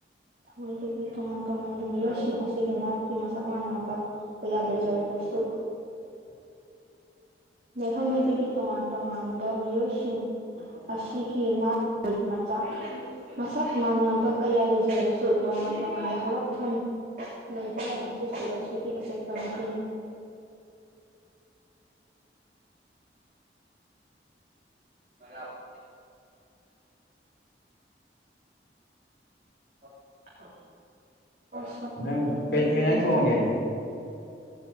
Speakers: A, on the right (about 50°); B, on the left (about 65°).
A: ꯁꯣꯏꯗꯒꯤ ꯇꯣꯡꯉꯥꯟ- ꯇꯣꯡꯉꯥꯟꯕ ꯃꯤꯑꯣꯏꯁꯤꯡ ꯑꯁꯤꯒꯤ ꯅꯥꯠꯀꯤ ꯃꯁꯛ ꯃꯥꯟꯅꯕ ꯀꯌꯥ ꯂꯩꯖꯔꯕ ꯁꯨ
B: INAUDIBLE
A: ꯌꯦꯜꯍꯧꯉꯩꯗꯒꯤ ꯇꯣꯡꯉꯥꯟ ꯇꯣꯡꯉꯥꯟꯕ ꯃꯤꯑꯣꯏꯁꯤꯡ ꯑꯁꯤꯒꯤ ꯅꯥꯠ ꯃꯆꯥꯛ ꯃꯁꯛ ꯃꯥꯟꯅꯕ ꯀꯌꯥ ꯂꯩꯖꯔꯕꯁꯨ ꯇꯣꯡꯉꯥꯟ ꯇꯣꯡꯉꯥꯟꯕ ꯍꯧꯔꯛꯐꯝ ꯂꯩꯇ꯭ꯔꯦ ꯍꯥꯏꯕꯁꯨ ꯁ꯭ꯀꯨꯜ ꯑꯁꯤꯒꯤ ꯑꯆꯦꯠꯄ ꯃꯇꯦꯡ
B: INAUDIBLE
A: INAUDIBLE UNINTELLIGIBLE
B: ꯅꯪ ꯀꯩ ꯀꯩ ꯏꯟꯖꯥꯡ ꯊꯣꯡꯉꯒꯦ